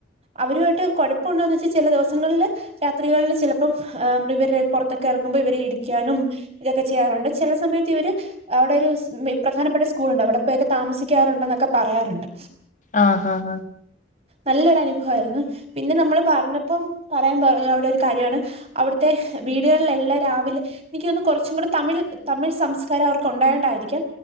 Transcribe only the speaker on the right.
അവരുആയിട്ട് കുഴപ്പമുണ്ടോന്ന് വെച്ചാൽ ചെല ദിവസങ്ങളില് രാത്രികളിൽ ചിലപ്പം ഇവരെ പുറത്തൊക്കെ ഇറങ്ങുമ്പോൾ ഇവരെ ഇടിക്കാനും ഇതൊക്കെ ചെയ്യാറുണ്ട് ചില സമയത്ത് ഇവര് അവിടെ ഒരു പ്രധാനപ്പെട്ട സ്കൂൾ ഉണ്ട് അവിടെ പോയക്കെ താമസിക്കാറുണ്ട എന്നൊക്കെ പറയാറുണ്ട്
നല്ലൊരു അനുഭവ ആയിരുന്നു പിന്നെ നമ്മള് പറഞ്ഞപ്പം പറയാൻ പറ അവിടെ ഒരു കാര്യണ് അവിടുത്തെ വീടുകളിലെല്ലാം രാവിലെ എനിക്ക് തോന്നുന്ന് കുറച്ചും കൂടെ തമിഴ് തമിഴ് സംസ്കാരം അവർ കൊണ്ടായോണ്ടായിരിക്കാം